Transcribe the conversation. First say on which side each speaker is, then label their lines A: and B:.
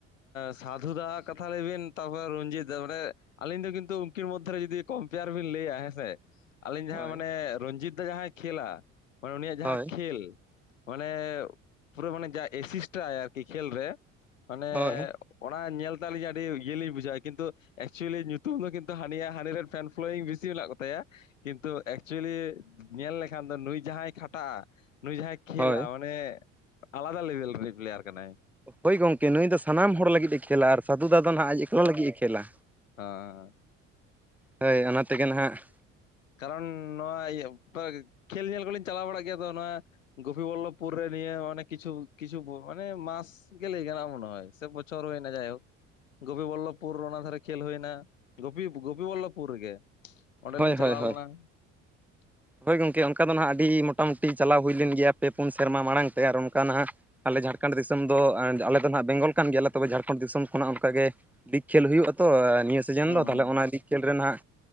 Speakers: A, on the left (about 85°); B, in the centre.
A: ᱥᱟᱫᱷᱩ ᱫᱟ ᱦᱟᱜ ᱠᱟᱛᱷᱟ ᱞᱟᱹᱭ ᱵᱤᱱ ᱛᱟᱨᱯᱚᱨ ᱨᱚᱱᱡᱤᱛ ᱫ ᱢᱟᱱᱮᱼᱼ ᱟᱹᱞᱤᱧ ᱫᱚ ᱠᱤᱱᱛᱩ ᱩᱱᱠᱤᱱ ᱢᱚᱫᱽᱫᱷᱮ ᱨᱮ ᱡᱩᱫᱤ ᱠᱚᱢᱯᱮᱭᱟᱨ ᱵᱤᱱ ᱞᱟᱹᱭᱟ ᱦᱮᱸ ᱥᱮᱼᱼᱼ ᱟᱹᱞᱤᱧ ᱡᱟᱦᱟᱸ
B: ᱦᱳᱭ
A: ᱢᱟᱱᱮ ᱨᱚᱧᱡᱤᱛ ᱫᱟ ᱡᱟᱦᱟᱸᱭ ᱠᱷᱮᱞᱟ ᱢᱟᱱᱮ ᱩᱱᱤᱭᱟᱜ ᱡᱟᱦᱟᱸ
B: ᱦᱳᱭ
A: ᱠᱷᱮᱞᱼᱼᱼ ᱢᱟᱱᱮ ᱯᱩᱨᱟᱹ ᱢᱟᱱᱮ ᱡᱟᱦᱟᱸ ᱮᱥᱤᱥᱴᱟᱭ ᱟᱨᱠᱤ ᱠᱷᱮᱞ ᱨᱮ ᱢᱟᱱᱮᱼᱼᱼ
B: ᱦᱳᱭ
A: ᱚᱱᱟ ᱧᱮᱞᱛᱮ ᱟᱹᱞᱤᱧ ᱟᱹᱰᱤ ᱤᱭᱟᱹᱞᱤᱧ ᱵᱩᱡᱷᱟᱹᱣᱟ ᱠᱤᱱᱛᱩᱼᱼᱼ ᱮᱠᱪᱩᱞᱤ ᱧᱩᱛᱩᱢ ᱫᱚ ᱠᱤᱱᱛᱩ ᱦᱟ. ᱱᱤᱭᱟᱜ ᱦᱟᱱᱤ ᱨᱤᱱ ᱯᱷᱮᱱ ᱯᱷᱳᱞᱳᱭᱤᱝ ᱵᱤᱥᱤ ᱢᱮᱱᱟᱜ ᱠᱚᱛᱟᱭᱟ᱾ ᱠᱤᱱᱛᱩ ᱮᱠᱪᱩᱞᱤ ᱧᱮᱞ ᱞᱮᱠᱷᱟᱱ ᱫᱚ ᱱᱩᱭ ᱡᱟᱦᱟᱸᱭ ᱠᱷᱟᱴᱟᱜᱼᱟ ᱱᱩᱭ ᱡᱟᱦᱟᱸᱭᱼᱼᱼ ᱠᱷᱮᱞᱟ
B: ᱦᱳᱭ
A: ᱢᱟᱱᱮ ᱟᱞᱟᱫᱟ ᱞᱮᱵᱮᱞ ᱨᱮᱱᱤᱡ ᱯᱞᱮᱭᱟᱨ ᱠᱟᱱᱟᱭ᱾
B: ᱦᱳᱭ ᱜᱚᱝᱠᱮ ᱱᱩᱭ ᱫᱚ ᱥᱟᱱᱟᱢ ᱦᱚᱲ ᱞᱟᱹᱜᱤᱫ ᱮ ᱠᱷᱮᱹᱞᱟ ᱟᱨ ᱥᱟᱹᱫᱷᱩ ᱫᱟ ᱫᱚᱦᱟᱜ ᱟᱡ ᱮᱠᱞᱟ ᱞᱟᱹᱜᱤᱫ ᱮ ᱠᱷᱮᱹᱞᱟ᱾
A: ᱦᱟ᱾
B: ᱦᱳᱭ ᱚᱱᱟ ᱛᱮᱜᱮ ᱱᱟᱦᱟᱜ᱾
A: ᱠᱟᱨᱚᱱ ᱱᱚᱣᱟ ᱤᱭᱟᱹ ᱠᱷᱮᱞ ᱧᱮᱞ ᱠᱚᱞᱤᱧ ᱪᱟᱞᱟᱣ ᱵᱟᱲᱟᱜ ᱜᱮᱭᱟ ᱛᱚ ᱱᱚᱣᱟᱼᱼᱼ ᱜᱩᱯᱤ ᱵᱚᱞᱚᱯᱩᱨ ᱨᱮ ᱱᱤᱭᱟ ᱢᱟᱱᱮ ᱠᱤᱪᱷᱩ ᱠᱤᱪᱷᱩ ᱢᱟᱱᱮ ᱢᱟᱥᱼᱼᱼ ᱜᱮ ᱞᱟᱹᱭ ᱜᱟᱱᱚᱜ ᱟ ᱢᱚᱱᱮ ᱦᱚᱭ ᱥᱮ ᱵᱚᱪᱷᱚᱨ ᱦᱩᱭᱱᱟ ᱡᱟᱭ ᱦᱩᱠ᱾ ᱜᱩᱯᱤ ᱵᱚᱞᱞᱚᱯᱩᱨ ᱨᱮ ᱚᱱᱟ ᱫᱷᱟᱨᱮ ᱠᱷᱮᱞ ᱦᱩᱭᱱᱟ ᱜᱩᱯᱤ ᱜᱩᱯᱤ ᱵᱚᱞᱞᱚᱯᱩᱨ ᱨᱮᱜᱮ᱾ ᱚᱸᱰᱮᱞᱤᱧ
B: ᱦᱳᱭ ᱦᱳᱭ
A: ᱪᱟᱞᱟᱣ
B: ᱦᱳᱭ᱾
A: ᱞᱮᱱᱟ <inaudible>
B: ᱦᱳᱭ ᱜᱚᱝᱠᱮ ᱚᱱᱠᱟ ᱫᱚ ᱱᱟᱜ ᱟᱹᱰᱤ ᱢᱚᱴᱟᱢᱩᱴᱤ ᱪᱟᱞᱟᱣ ᱦᱩᱭ ᱞᱮᱱ ᱜᱮᱭᱟ ᱯᱮ ᱯᱩᱱ ᱥᱮᱨᱢᱟ ᱢᱟᱲᱟᱝ ᱛᱮ ᱟᱨ ᱚᱱᱠᱟ ᱱᱟᱦᱟᱜᱼᱼᱼ ᱟᱞᱮ ᱡᱷᱟᱨᱠᱷᱟᱸᱰ ᱫᱤᱥᱚᱢ ᱫᱚ ᱟᱞᱮ ᱫᱚ ᱦᱟᱸᱜ ᱵᱮᱝᱜᱚᱞ ᱠᱟᱱ ᱜᱮᱭᱟᱞᱮ ᱛᱚᱵᱮ ᱡᱷᱟᱨᱠᱷᱚᱸᱰ ᱫᱤᱥᱚᱢ ᱠᱷᱚᱱᱟᱜ ᱚᱱᱠᱟ ᱜᱮᱼᱼᱼ ᱞᱤᱠ ᱠᱷᱮᱞ ᱦᱩᱭᱩᱜ ᱟ ᱛᱚ ᱱᱤᱭᱟᱹ ᱥᱤᱡᱮᱱ
A: ᱦᱩᱸ
B: ᱫᱚ ᱛᱟᱦᱚᱞᱮ
A: ᱦᱩᱸ
B: ᱚᱱᱟ ᱞᱤᱠ ᱠᱷᱮᱞ ᱨᱮᱱᱟᱜᱼᱼᱼ